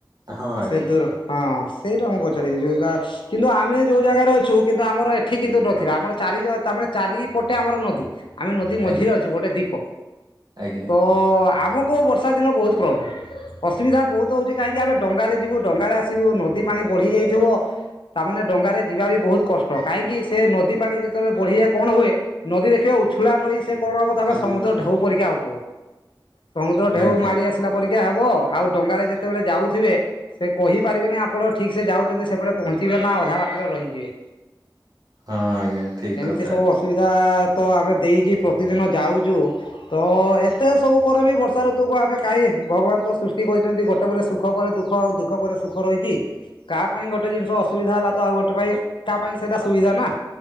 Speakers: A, on the right (about 50°); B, on the left (about 80°).
A: ହଁ ଆଜ୍ଞା
B: ସେ ଦୂର ହଁ ସେଇଟା ମୁଁ ପ ଚାରିବି ଯୋଉଗା କିନ୍ତୁ ଆମେ ଯୋଉ ଜାଗାରେ ଅଛୁ କିନ୍ତୁ ଆମର ଏଠି କିନ୍ତୁ ନଥିଲା ଆମର ଚାରି ଜ- ତା ମାନେ ଚାରିପଟେ ଆମର ନଦୀ। ଆମେ ନଦୀ ମଝିରେ
A: ଆଜ୍ଞା
B: ଅଛେ ଗୋଟେ ଦୀପ।
A: ଆଜ୍ଞା।
B: ତ ଆମ କୁ ବର୍ଷା ଦିନ ବହୁତ ପ୍ରୋବ୍ଲେମ୍। ଅୁବିଧା ବହୁତ ହଉଚି କାହିଁକି ଆମେ ଡଙ୍ଗାରେ ଯିବୁ ଡଙ୍ଗାରେ ଆସିବୁ। ନଦୀ ପାଣି ବଢି ଯାଇଥିବ। ତା ମାନେ ଡଙ୍ଗାରେ ଯିବା ବି ବହୁତ କଷ୍ଟ। କାହିଁକି ସେ ନଦୀ ପାଣି ଯେତେବେଳେ ବଢିଆ ହୁଏ ନଦୀ ଦେଖିବ ଉଛୁଳା ନଈ ସେ କଣ ହବ <unintelligible>
A: ଆଉ
B: ସମୁଦ୍ର
A: ଟିକେ ଅଛି।
B: ଢେଉ ପରିକା ହଉଥୁବ। ସମୁଦ୍ର ଢେଉ
A: ଆଜ୍ଞା
B: ମାଡି ଆସିଲା ପରି କା ହବ ଆଉ ଡଙ୍ଗାରେ ଯେତେବେଳେ ଯାଉଥିବେ ସେ କହିପାରିବେନି ଆପଣ ଠିକ ସେ ଯାଉଚନ୍ତି ସେପଟେ ପହଞ୍ଚିବେ ଏ ନା ଅଧା ବାଟରେ ରହିଯିବେ।
A: ହଁ ଆଜ୍ଞା ଠିକ କଥା।
B: ଏତେ ସବୁ ଅସୁବିଧା ତ ଆମେ ଦେଇକି ପ୍ରତିଦିନ ଯାଉଚୁ ତ ଏତେ ସବୁ ପରେ ବି ବର୍ଷା ଋତୁକୁ ଆମେ କାହିଁ ଭଗବାନ ତ ସୃଷ୍ଟି କରିଛନ୍ତି, ଗୋଟେ ପରେୋ ସୁଖ ପରେ ଦୁଃଖ ଆଉ ଦୁଃଖ ପରେ ସୁଖ ରହିଚି। କାହା ପାଇଁ ଗୋଟେ ଜିନିଷ ଅସୁବିଧା ହେଲା ତ ଆଉ ଗୋଟେ ପାଇଁ କାହା ପାଇଁ ସେଇଟା ସୁବିଧା ନା।